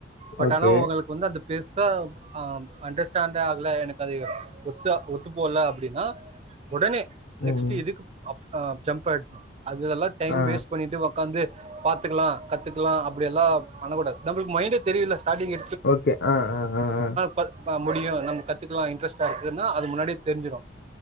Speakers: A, on the right; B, on the left.
A: பட்
B: ஓகே
A: ஆனா உங்களுக்கு வந்து அந்த பெருசா அண்டர்ஸ்டண்ட் ஆ இல்ல எனக்கு அது ஒத்து ஒத்து போல அப்டின்னா உடனே
B: ம்
A: நெக்ஸ்ட் இதுக்கு ஜம்ப் ஆயினு அதுல்லா டைம்
B: ஆ
A: வேஸ்ட் பண்ணிட்டு உக்காந்து பாத்துக்கலா கத்துக்கலா அப்டில்லா பண்ணக்கூடாது நம்மளுக்கு மைன்டே தெரியுல ஸ்டாடிங்க
B: ஓகே ஆ ஆஆ
A: ப முடியு நம்ம கத்துக்கலா இன்ட்ரெஸ்ட்டா இருக்குன்னா அது முன்னாடி தெரிஞ்சிடு